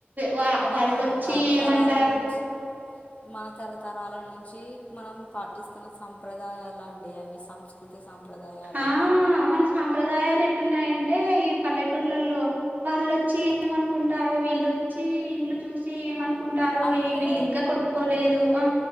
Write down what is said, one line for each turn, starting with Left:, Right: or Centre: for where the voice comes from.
Right: వా
Left: మన
Right: వాళ్ళోచ్చి
Left: తరతరాల
Right: ఏమంటారు
Left: నుంచి మన తరతరాల నుంచి మనం పాటిస్తున్న సంప్రదాయాలు అండి అవి సంస్ కృతి సాంప్రదాయాలు
Right: ఆ మన సాంప్రదాయాలు ఎట్టున్నాయంటే ఈ పల్లెటూర్లలో వాళ్ళొచ్చి ఏమనుకుంటారో వీళ్ళొచ్చి ఇళ్ళు చూసి ఏమను కుంటారో
Left: అంటే
Right: ఈ వీళ్ళు ఇంకా కట్టుకోలేదు అ